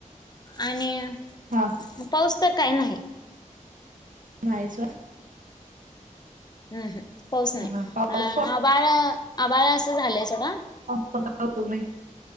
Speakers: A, on the left (about 30°); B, on the right (about 75°).
A: आणि
B: हा
A: पाऊस तर काही नाही.
B: मायच
A: हं ह्म्म पाऊस नाही
B: हा हा पाऊस
A: अं
B: थोडा
A: आभाळ आभाळ असं झालंय सोडा
B: प तुमही